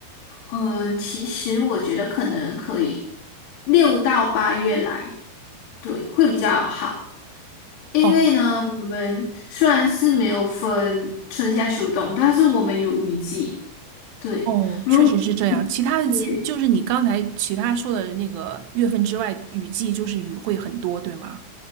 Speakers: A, on the left (about 85°); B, on the right (about 70°).
A: 嗯，其实我觉得可能可以六到八月来，对，会比较好。因为呢，
B: 哦
A: 我们虽然是没有分春夏秋冬，但是我们有雨季。对，
B: 哦，
A: 如
B: 确实是这样。其他的季，
A: 对，
B: 就是你刚才其他说的那个月份之外，雨季就是雨会很多，对吗？